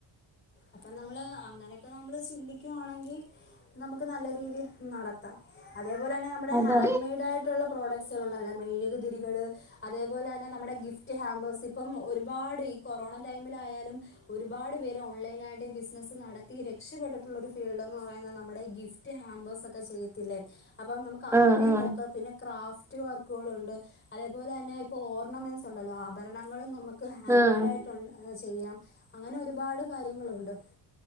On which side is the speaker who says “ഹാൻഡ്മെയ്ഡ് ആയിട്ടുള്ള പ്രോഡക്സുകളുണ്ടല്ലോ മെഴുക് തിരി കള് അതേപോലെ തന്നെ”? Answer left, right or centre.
Left